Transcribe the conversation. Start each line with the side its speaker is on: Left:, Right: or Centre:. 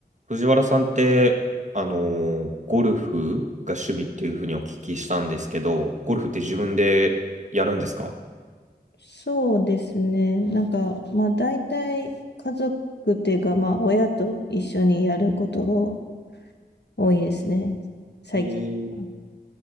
Right: 藤原さんって、あのーゴルフが趣味っていうふうにお聞きしたんですけど、ゴルフって自分でやるんですか
Left: そうですね。なんか、まあ大体家族っていうか、まあ親と一緒にやることが多いですね。最近は。
Right: えー、